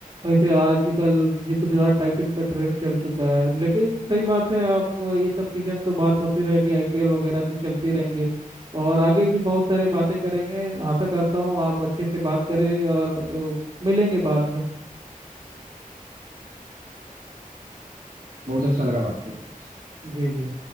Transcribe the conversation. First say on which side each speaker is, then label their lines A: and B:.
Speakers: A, on the right; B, on the right.
A: वैसे आजकल जो गुजरात टाइटन का ट्रेंड चल चुका है लेकिन सही बात है आप ये सब सीजन तो बात होती रहेगी आईपीएल वगैरह तो चलते रहेंगे और आगे भी बहुत सारी बातें करेंगे आशा करता हूँ आप अच्छे से बात करें और अ, मिलेंगे बाद में
B: बहुत अच्छा लगा बात करके आपसे
A: जी जी